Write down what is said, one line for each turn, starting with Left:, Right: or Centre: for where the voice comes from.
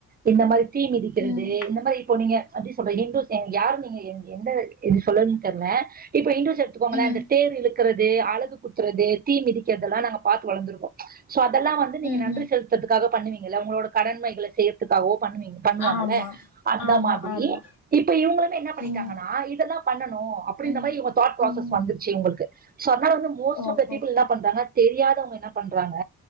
Right: இந்த மாரி தீ மிதிக்கிறது
Left: ம்
Right: இந்த மாரி இப்போ நீங்க அப்டி சொல்றன் இந்தூஸ் அ யாரு நீங்க எ எந்த இது சொல்லன்னு தெர்ல இப்ப இந்தூஸ் த்து எடுத்துக்கோங்களேன்
Left: ம்
Right: அந்த தேர் இழுக்கிறது அலகு குத்துறது தீ மிதிக்கிறதெல்லாம் நாங்கப் பாத்து வளந்துருக்கோ சோ அதெல்லா வந்து நீங்க
Left: ம்ஹும்
Right: நன்றி செலுத்துரதுக்காக பண்ணுவீங்களா உங்களோட கடமைகள செய்யற்துக்காகவோ பண்ணுவீங்க பண்ணுவாங்கல்ல
Left: ஆமா
Right: அந்த
Left: ஆமா
Right: மாதிரியே
Left: ஆமா
Right: இப்ப இவங்களனா என்ன பண்ணிட்டாங்கன்னா
Left: ம்
Right: இதெல்லா பண்ணணும் கு அப்புடின்ற
Left: ம்
Right: மாரி இவங்க தாட் ப்ராசஸ்
Left: ம்
Right: வந்துட்ச்சு இவங்களுக்கு சொன்னா வந்து மோஸ்ட்
Left: ஓஹோ
Right: ஆஃப் த பீப்பிள் இன்னா பண்றாங்க தெரியாதவங்க என்னா பண்றாங்க